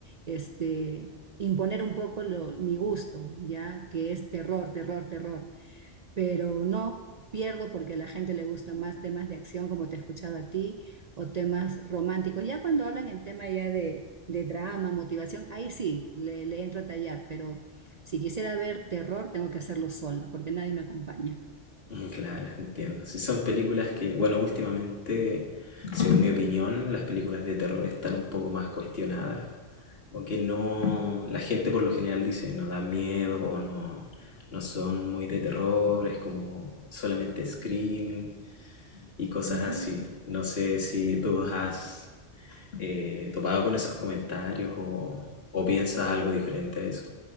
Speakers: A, on the right (about 50°); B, on the left (about 55°).
A: este, imponer un poco lo- mi gusto, ya que es terror, terror, terror. pero no pierdo porque a la gente le gusta más temas de acción, como te he escuchado a ti, o temas románticos. Ya cuando hablan el tema ya de, de drama, motivación, ahí sí, le, le entro a tallar, pero si quisiera ver terror, tengo que hacerlo sola, porque nadie me acompaña.
B: Mm, Claro, entiendo. Si son películas que, bueno, últimamente, según mi opinión, las películas de terror están un poco más cuestionadas, Porque no, la gente por lo general dice no dan miedo o no, no son muy de terror, es como solamente screaming y cosas
A: Mm.
B: así. No sé si tú has eh, topado con esos comentarios o, o piensas algo diferente a eso.